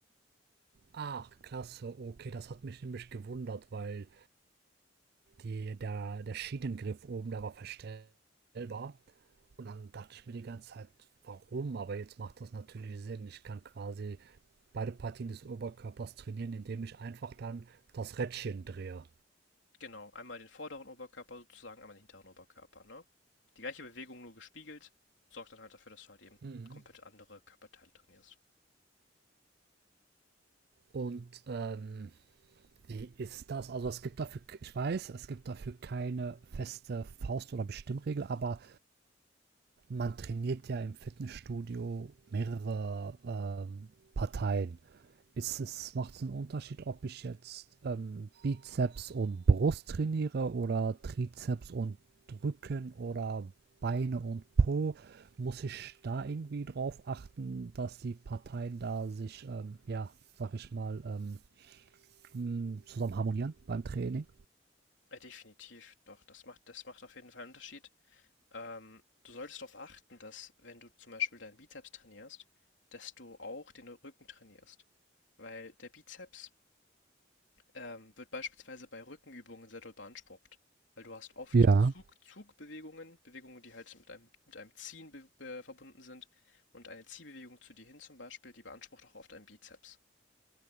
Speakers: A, on the right; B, on the left.
A: Ach, klasse, okay, das hat mich nämlich gewundert, weil die, der, der Schienengriff oben, der war verstellbar und dann dachte ich mir die ganze Zeit, warum? Aber jetzt macht das natürlich Sinn. Ich kann quasi beide Partien des Oberkörpers trainieren, indem ich einfach dann das Rädchen drehe.
B: Genau, einmal den vorderen Oberkörper sozusagen, einmal den hinteren Oberkörper, ne? Die gleiche Bewegung nur gespiegelt, sorgt dann halt dafür, dass du halt eben
A: Mhm.
B: komplett andere Körperteile trainierst.
A: Und ähm, wie ist das? Also es gibt dafür, ich weiß, es gibt dafür keine feste Faust- oder Bestimmregel, aber man trainiert ja im Fitnessstudio mehrere ähm, Parteien. ist es, macht es einen Unterschied, ob ich jetzt ähm, Bizeps und Brust trainiere oder Trizeps und Rücken oder Beine und Po? Muss ich da irgendwie drauf achten, dass die Parteien da sich, ähm, ja, sag ich mal, ähm, hm, zusammen harmonieren beim Training?
B: Äh, definitiv, doch, das macht, das macht auf jeden Fall einen Unterschied. Ähm, du solltest darauf achten, dass wenn du zum Beispiel deinen Bizeps trainierst, dass du auch den Rücken trainierst. Weil der Bizeps ähm, wird beispielsweise bei Rückenübungen sehr doll beansprucht. Weil du hast oft
A: Ja.
B: Zug, Zugbewegungen, Bewegungen, die halt mit einem, mit einem Ziehen be, be, verbunden sind. Und eine Ziehbewegung zu dir hin zum Beispiel, die beansprucht auch oft einen Bizeps.